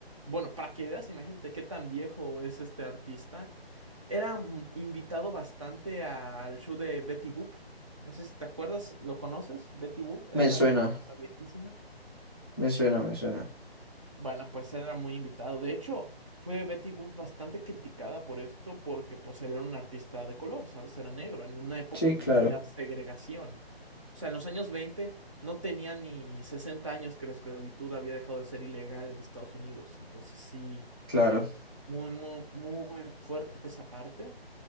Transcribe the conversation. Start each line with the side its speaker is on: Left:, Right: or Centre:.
Right: bueno, para que veas, imagínate qué tan viejo es este artista. Era mm, invitado bastante al show de Betty Boop. No sé si te acuerdas, ¿lo conoces? Betty Boop, esa
Left: Me suena,
Right: caricatura viejísima.
Left: me suena, me suena.
Right: Bueno, pues era muy invitado. De hecho, fue Betty Boop bastante criticada por esto porque pues él era un artista de color, ¿sabes? Era negro, en una época
Left: Sí,
Right: donde
Left: claro,
Right: todavía había segregación. O sea, en los años 20 no tenía ni 60 años que la esclavitud había dejado de ser ilegal en Estados Unidos. Entonces sí
Left: claro.
Right: Muy, muy, muy fuerte esa parte.